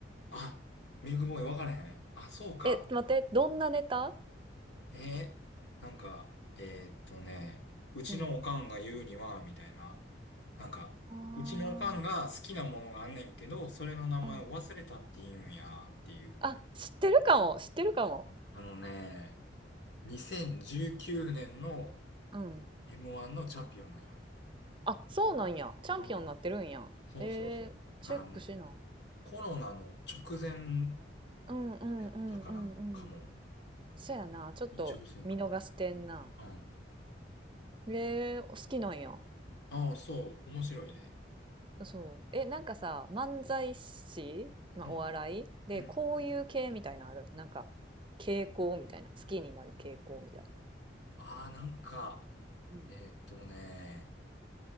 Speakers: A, on the left (about 70°); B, on the right (about 25°).
A: あ、ミルクボーイ分からへんあ、そうか。
B: え待ってどんなネタ
A: えー、なんか、えーっとね、うちのおかんが言うには、
B: うん
A: みたいな。なんか、
B: あ
A: うちのおかんが好きなものがあんねんけど、それの名前を忘れたって言うんや、
B: あうん
A: っていう。
B: あ知ってるかも知ってるかも
A: あのね、2019年の
B: うん
A: M1 のチャンピオンなんよ。
B: あそうなんやチャンピオンになってるんやえー、
A: ああ、そうそうそう。
B: チェックしな
A: だからもう、コロナの直前
B: うんうんうんうんうん
A: やったから、かも。
B: そやなちょっと見逃してんな
A: 飲食店かも。うん。
B: えー、お好きなんや
A: ああ、そう。面白いで。
B: そう。え、なんかさ、漫才師、まあ、
A: うん。
B: お笑いで、
A: うん。
B: こういう系みたいなのある。なんか、傾向みたいな。好きになる傾向みたいな
A: ああ、なんか、
B: うん。
A: えーっとね、